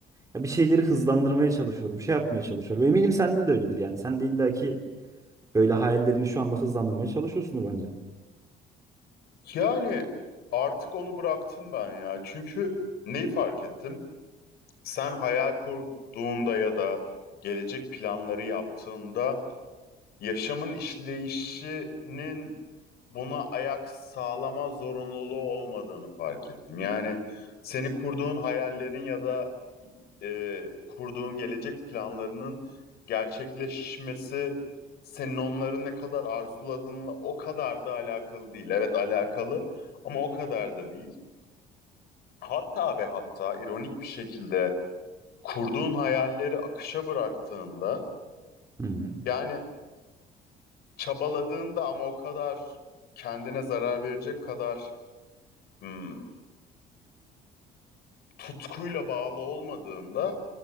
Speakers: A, on the right; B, on the left.
A: ya bir şeyleri hızlandırmaya çalışıyorum. Şey yapmaya çalışıyorum. Eminim sende de öyledir yani. Sen de illaki böyle hayallerini şu anda hızlandırmaya çalışıyorsundur bence.
B: Yani artık onu bıraktım ben ya. Çünkü neyi fark ettim? Sen hayal kurduğunda ya da gelecek planları yaptığında yaşamın işleyişinin buna ayak sağlama zorunluluğu olmadığını fark ettim. Yani seni kurduğun hayallerin ya da e, kurduğun gelecek planlarının gerçekleşmesi senin onları ne kadar arzuladığınla o kadar da alakalı değil. Evet alakalı ama o kadar da değil. Hatta ve hatta ironik bir şekilde kurduğun hayalleri akışa bıraktığında
A: Hı hı.
B: yani çabaladığında ama o kadar kendine zarar verecek kadar hmm, tutkuyla bağlı olmadığında